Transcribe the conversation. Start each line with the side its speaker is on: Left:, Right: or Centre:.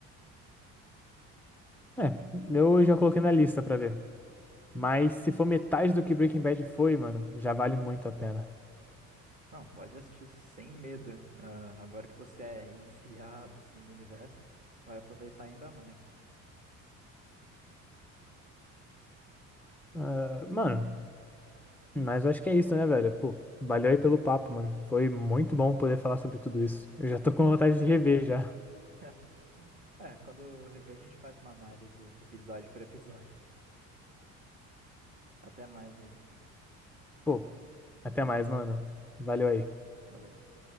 Centre: É, eu já coloquei na lista pra ver. Mas se for metade do que Breaking Bad foi, mano, já vale muito a pena.
Right: Não, pode assistir sem medo. Ah, agora que você é iniciado, assim, no universo, vai aproveitar ainda mais.
Centre: Ah, mano, mas eu acho que é isso, né, velho? Pô, valeu aí pelo papo, mano. Foi muito bom poder falar sobre tudo isso. Eu já tô com vontade de rever já.
Right: <laughs> É, quando rever, a gente faz uma análise episódio por episódio. Até mais aí.
Centre: Pô, até mais, mano. Valeu
Right: Tamo junto.
Centre: aí.
Right: Valeu.